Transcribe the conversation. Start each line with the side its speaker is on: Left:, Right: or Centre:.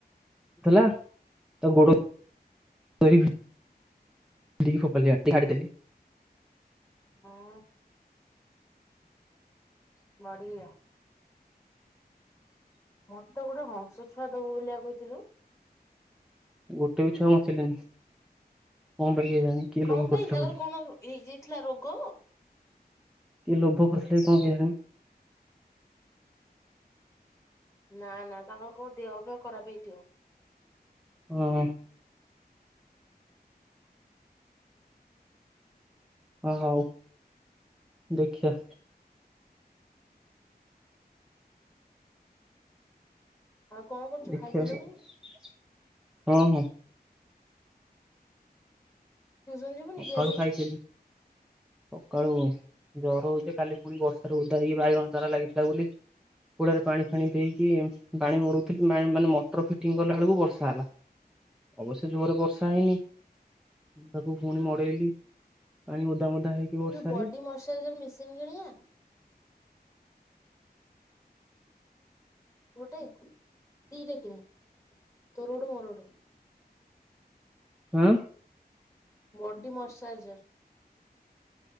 Centre: <unintelligible> ଗୋଡ ଦରି <unintelligible> ଛାଡ଼ିଦେ
Left: ହଁ ବଢିଆ ମୋତେ ଗୋଟେ ହଂସ ଛୁଆ ଦବୁ ବୋଲିବା କହିଥିଲୁ
Centre: ଗୋଟେ ବି ଛୁଆ ବଞ୍ଚିଲେଣିି କଣ ପାଇଁ କେଜାଣି? କିଏ
Left: କଣ
Centre: ଲୋଭ
Left: ପାଇଁ
Centre: କରିଥିଲା
Left: ତାଙ୍କର
Centre: ବୋଧେ
Left: କଣ ହେଇଯାଇଥିଲା ରୋଗ?
Centre: କିଏ ଲୋଭ କରିଥିଲେ କି କଣ କେଜାଣି
Left: ନା ନା ତାଙ୍କର କଣ ଦେହ ଫିହ ଖରାପ ହେଇଥିବ
Centre: ହୁଁ ଓ ହୋଉ ଦେଖିବା
Left: ଆଉ କଣ କରୁଛୁ
Centre: ଦେଖିବାକୁ
Left: ଖାଇସାରିଲୁଣି
Centre: ହଁ ହଁ
Left: ଟିଉସନ ଯିବୁନି କି
Centre: ଘରୁ
Left: ଆଜି?
Centre: ଖାଇଥିଲି ସକାଳୁ ଜର ହଉଛି କାଲି ପୁଣି ବର୍ଷାରେ ଓଧା ହେଇକି ବାଇଗଣ ଚାରା ଲାଗିଥିଲା ବୋଲି କୁଡାରେ ପାଣି ଫାଣି ଦେଇକି ପାଣି ମୋଡଉଥିଲି ମାନେ ମଟର ଫିଟିଂ କଲା ବେଳକୁ ବର୍ଷା ହେଲା ଅବଶ୍ୟ ଜୋରରେ ବର୍ଷା ହେଇନି ମୁଁ ତାକୁ ପୁଣି ମଡେଇଲି ପାଣି ଓଦା ମଦା ହେଇକି ବର୍ଷାରେ
Left: ଯୋଉ ବଡି ମସାଇଜର ମେସିନ କିଣିବା ଗୋଟେ ଦିଟା କିଣି ତୋର ଗୋଟେ ମୋର ଗୋଟେ
Centre: ହୁଁ
Left: ବଡି ମୋସାଜ